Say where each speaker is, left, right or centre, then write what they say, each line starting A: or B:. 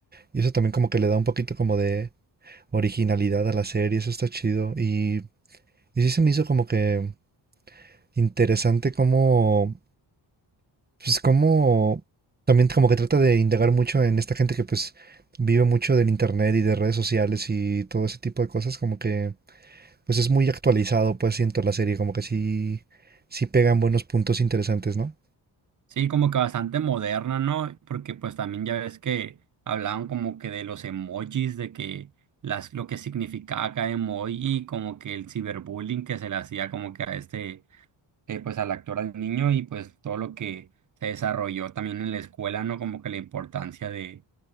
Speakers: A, on the right; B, on the right.
A: Y eso también como que le da un poquito como de originalidad a la serie, eso está chido. Y, y sí se me hizo como que interesante como, pues como, también como que trata de indagar mucho en esta gente que pues vive mucho del internet y de redes sociales y todo ese tipo de cosas, como que... pues es muy actualizado, pues siento la serie, como que sí, sí pegan buenos puntos interesantes, ¿no?
B: Sí, como que bastante moderna, ¿no? Porque pues también ya ves que hablaban como que de los emojis, de que las, lo que significaba cada emoji, como que el ciberbullying que se le hacía como que a este eh, pues al actor, al niño y pues todo lo que se desarrolló también en la escuela, ¿no? Como que la importancia de,